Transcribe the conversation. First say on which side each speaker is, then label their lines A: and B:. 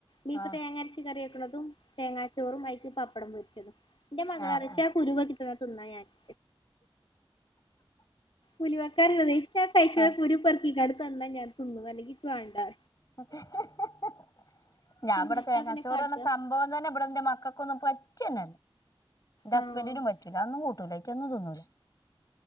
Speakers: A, on the left; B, on the left.
A: ബീഫ്
B: ആ
A: തേങ്ങ അരച്ച് കറിവെക്കണൊതും തേങ്ങാച്ചോറും വൈ പപ്പടം പൊരിച്ചതും എന്റെ മകൾ
B: ആ
A: അരച്ച
B: ആ
A: കുരുവ കിട്ടതാ തിന്നാ ഞാൻ <inaudible> ഉലുവാക്കാറിണത് ഇച്ചത് കൈച്ചും
B: ആ
A: കുരു പൊർക്കിക്കാണ്ട് തന്നാ ഞാൻ തിന്നു അല്ലെങ്കിക്ക്‌ വേണ്ടാ
B: <unintelligible> ഞാൻ
A: എന്താ
B: ഇവിടെ തെങ്ങാച്ചോറണഞ്ഞ
A: പിന്നെ കാട്ടാ
B: സംഭവം തന്നെ ഇവിടെ എന്റെ മക്കൾക്കൊന്നും പ റ്റന്നെ ന്റെ
A: ആഹ്
B: ഹസ്ബൻഡിനും പറ്റൂല അതൊന്നും കൂട്ടൂല റ്റം ഒന്നും തോന്നൂല